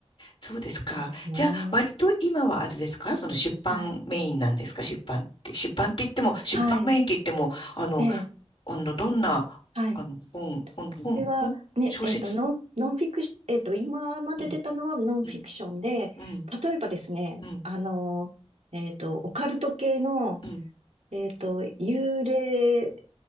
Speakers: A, on the left; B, on the right.
A: そうですか。
B: たいですね。
A: じゃあ、割と今はあれですかその出版メインなんですか出版って。
B: はい、
A: 出版って言っても、出版メインって言っても、
B: はい、
A: あの、
B: ええ、
A: あの、どんな、
B: はい。
A: あの、本、本、本、
B: これは、
A: 本、
B: ね、
A: 小説
B: えっと、ノン、ノンフィクシ、えっと、今まで出たのはノンフィクションで、
A: うん、うん、うん、
B: 例えばですね、
A: うん、
B: あの、えっと、オカルト系の、
A: うん。
B: えっと、幽霊